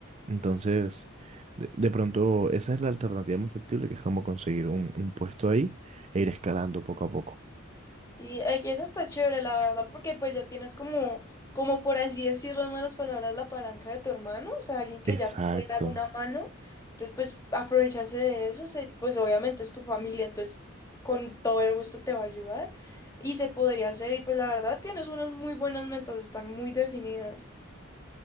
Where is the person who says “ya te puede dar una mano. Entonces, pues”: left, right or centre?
Left